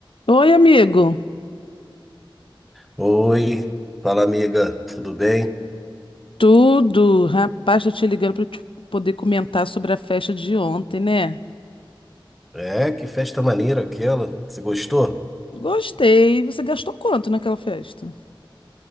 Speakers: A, on the left (about 75°); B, in the centre.
A: Oi, amigo.
B: Oi, fala amiga, tudo bem?
A: Tudo? Rapaz, tô te ligando para poder comentar sobre a festa de ontem, né?
B: É, que festa maneira aquela. Você gostou?
A: Gostei. Você gastou quanto naquela festa?